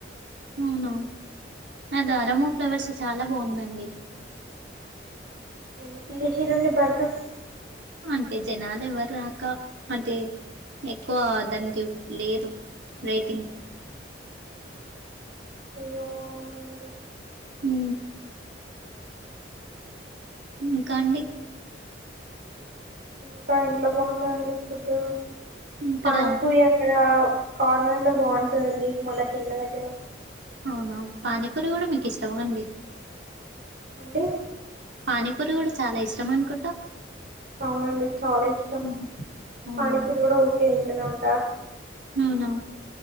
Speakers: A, on the right (about 75°); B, on the right (about 50°).
A: అవునా ఆ తరమో ఫ్లవర్స్ చాలా బాగుందండి
B: ఎందుకు తీషేశ్రండి బర్కస్
A: అంటే జనాలు ఎవ్వరు రాక అంటే ఎక్కువ దానికి లేదు రేటింగ్
B: అయ్యో అవునా అండి
A: ఉ ఇంకా అండి
B: ఇంకా ఇంట్లో బాగుంటాద అండి ఫుడ్డు
A: ఇక్కడ
B: పాన్పూరి అక్కడ కార్నర్ లో బంటది అండి మొన్న తిన్న దెగ్గర
A: అవునా పానీపూరి కూడా మీకు ఇష్టమా అండి
B: అంటే
A: పానీపూరి కూడా చాలా ఇష్టం అనుకుంటా
B: అవునండి చాలా ఇష్టం
A: ఉమ్, అవునా
B: పానీపూరి కూడా ఓకే నే ఉంటా
A: అవునా